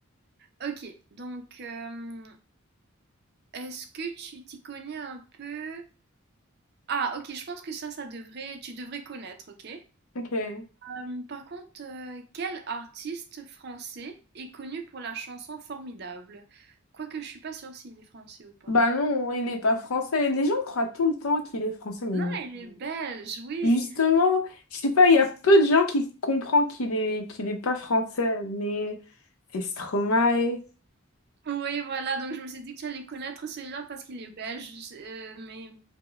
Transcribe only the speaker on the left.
Ok.
Bah non, il est pas français. Les gens croient tout le temps qu'il est français, mais
justement, je sais pas, il y a peu de gens qui comprennent qu'il est qu'il est pas français, mais c'est Stromae.